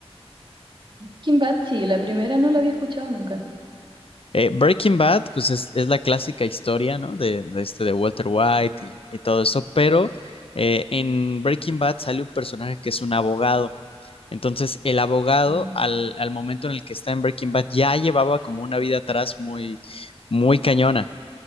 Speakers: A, on the right; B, on the left.
A: Kim Bat, sí, la primera no la había escuchado nunca.
B: Eh, Breaking Bad, pues es, es la clásica historia, ¿no? De, de este de Walter White
A: Sí.
B: y, y todo eso, pero eh, en Breaking Bad sale un personaje que es un abogado. Entonces, el abogado,
A: Mm,
B: al, al momento en el que está en Breaking Bad, ya llevaba como una vida atrás muy, muy cañona.